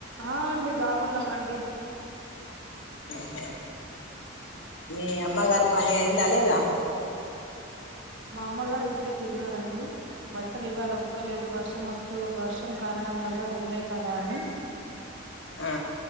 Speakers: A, on the right (about 65°); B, on the left (about 70°).
A: ఆ అండి బాగున్నామండి
B: ఆహా మీ అమ్మగారు పని అయిందా లేేద
A: మా అమ్మగారు ఇప్పుడే తిన్నారండి బట్టలు ఇవ్వాల ఉతకలేదు వర్షం వస్ తో వర్షం కారణంవల్ల ఎండేయి కదా అని
B: ఆ